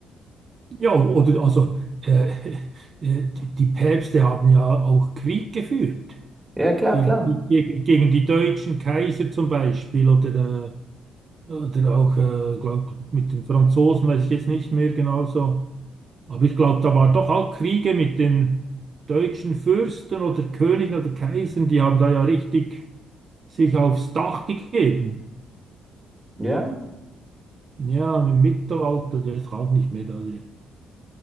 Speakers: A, on the right; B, on the right.
A: Ja, oder also äh, äh, die, die Päpste haben ja auch Krieg geführt
B: Ja, klar,
A: gegen,
B: klar.
A: die- gegen, gegen die deutschen Kaiser zum Beispiel oder, äh, oder auch äh, glaub, mit den Franzosen, weiß ich jetzt nicht mehr genauso. Aber ich glaube, da waren doch auch Kriege mit den deutschen Fürsten oder Königen oder Kaisern, die haben da ja richtig sich aufs Dach gegeben.
B: Ja?
A: Ja, im Mittelalter, der ist auch nicht mehr da. Die-